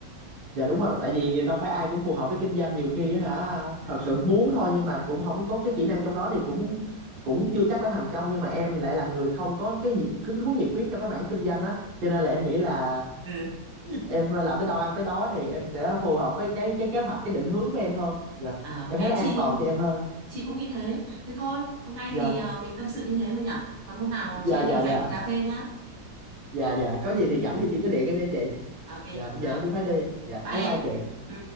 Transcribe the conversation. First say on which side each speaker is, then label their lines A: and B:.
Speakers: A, on the right (about 65°); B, on the right (about 80°).
A: dạ đúng rồi tại vì đâu phải ai cũng phù hợp với kinh doanh nhiều khi á hả thật sự muốn thôi nhưng mà cũng không có cái kỹ năng trong đó thì cũng cũng chưa chắc đã thành công nhưng mà em thì lại là người không có cái gì, hứng thú nhiệt huyết trong cái mảng kinh doanh á cho nên là em nghĩ là
B: ừ
A: em làm tới đâu ăn tới đó thì em sẽ phù hợp với cái cái kế hoạch cái định hướng của em hơn dạ
B: à,
A: em
B: ok
A: thấy nó an
B: chị
A: toàn cho em hơn
B: chị cũng nghĩ thế thế thôi hôm nay
A: dạ
B: thì à, mình tâm sự như thế thôi nhỉ còn hôm nào
A: dạ
B: chị em
A: dạ
B: mình rảnh
A: dạ
B: thì cà phê nhá
A: dạ dạ có gì thì rảnh thì chị cứ điện em nha chị
B: ok
A: dạ giờ
B: rồi
A: em cũng phải đi dạ
B: bye
A: bye bye
B: em
A: chị Dạ.
B: ừ